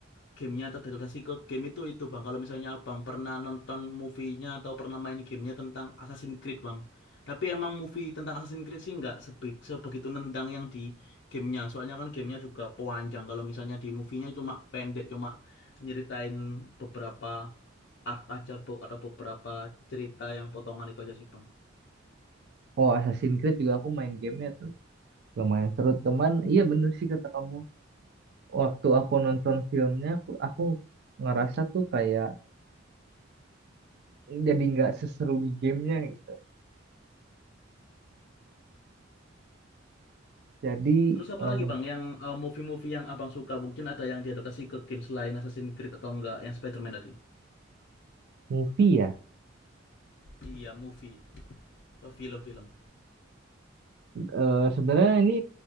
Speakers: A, on the left; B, on the right.
A: gamenya atau adaptasi ke game itu itu bang kalau misalnya abang pernah nonton movie-nya atau pernah main gamenya tentang Assassin's Creed bang tapi emang movie tentang Assassin's Creed sih nggak sebe sebegitu nendang yang di gamenya soalnya kan gamenya juga panjang kalau misalnya di movie-nya cuma pendek cuma nyeritain beberapa arc aja Bo, atau beberapa cerita yang potongan itu aja sih bang
B: Oh, Assassin's Creed juga aku main gamenya tuh. Lumayan seru, teman. Iya bener sih kata kamu. Waktu aku nonton filmnya, aku, aku ngerasa tuh kayak jadi nggak seseru di gamenya gitu. Jadi
A: terus apa
B: eh,
A: lagi bang yang eh, movie-movie yang abang suka mungkin ada yang diadaptasi ke game selain Assassin's Creed atau enggak yang Spider-Man tadi
B: Movie ya.
A: iya movie Eh, film-film
B: Eh sebenarnya ini